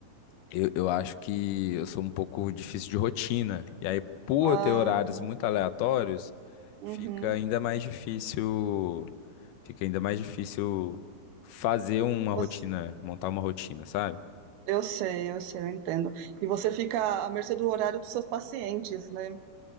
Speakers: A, on the left; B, on the right.
A: Eu, eu acho que eu sou um pouco difícil de rotina. E aí, por
B: ah,
A: ter horários muito aleatórios,
B: uhum.
A: fica ainda mais difícil, fica ainda mais difícil fazer uma rotina,
B: Você-
A: montar uma rotina, sabe?
B: Eu sei, eu sei, eu entendo. E você fica à mercê do horário dos seus pacientes, né?